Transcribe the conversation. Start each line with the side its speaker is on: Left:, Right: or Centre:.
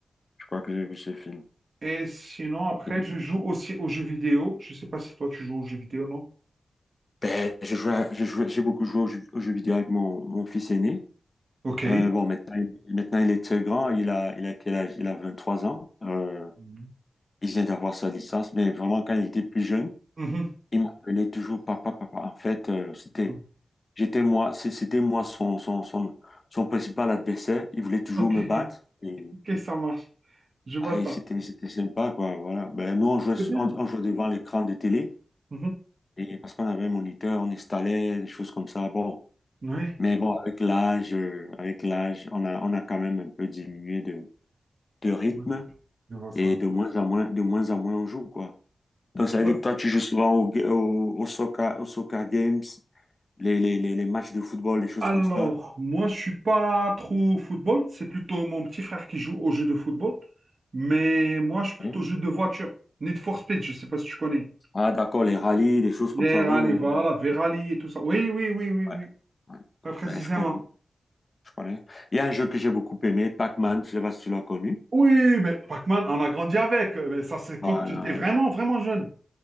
Left: Je crois que j'ai vu ce film.
Right: Et sinon,
Left: Ok.
Right: après, je joue aussi aux jeux vidéo. Je sais pas si toi, tu joues aux jeux vidéo, non?
Left: Ben, j'ai joué à- j'ai joué- j'ai beaucoup joué aux jeux, aux jeux vidéo avec mon, mon fils aîné.
Right: Ok.
Left: Euh, bon, maintenant, il- maintenant, il est très grand. Il a, il a quel âge? Il a 23 ans. Euh,
Right: Mhm.
Left: il vient d'avoir sa licence. Mais vraiment, quand il était plus jeune,
Right: Mhm.
Left: il m'appelait toujours papa, papa. En fait, euh, c'était,
Right: Mhm.
Left: j'étais moi, c'est- c'était moi son, son, son, son principal adversaire. Il voulait toujours
Right: Ok,
Left: me battre. Et,
Right: ok, ça marche. Je vois
Left: ah,
Right: ça.
Left: et c'était, c'était sympa, quoi. Voilà. Ben, nous, on jouait,
Right: C'est
Left: sur-
Right: bien.
Left: on, on jouait devant l'écran de télé.
Right: Mhm.
Left: Et parce qu'on avait un moniteur, on installait des choses comme ça. Bon.
Right: Ouais,
Left: Mais bon, avec l'âge, euh, avec l'âge, on a, on a quand même un peu diminué de, de rythme
Right: ouais, je vois ça.
Left: et de moins en moins, de moins en moins on joue, quoi. Donc, ça
Right: Je
Left: veut
Right: vois
Left: dire que toi, tu joues souvent au, ga- au, au soccer, au soccer games, les, les, les, les matchs de football, les choses
Right: Alors,
Left: comme ça.
Right: moi, je suis pas trop football. C'est plutôt mon petit frère qui joue au jeu de football. Mais moi, je suis plutôt
Left: hein.
Right: jeu de voiture. Need for Speed, je sais pas si tu connais.
Left: Ah, d'accord, les rallyes, des choses
Right: Les
Left: comme ça.
Right: rallyes,
Left: Oui, oui,
Right: voilà,
Left: oui.
Right: Verali et tout ça. Oui, oui, oui, oui, oui.
Left: Ouais, ouais.
Right: Pas précisément.
Left: Ouais, je connais, je connais. Il y a un jeu que j'ai beaucoup aimé, Pac-Man, je sais pas si tu l'as connu.
Right: Oui, mais Pac-Man, on a grandi avec. Mais ça, c'est quand
Left: Voilà.
Right: j'étais vraiment, vraiment jeune.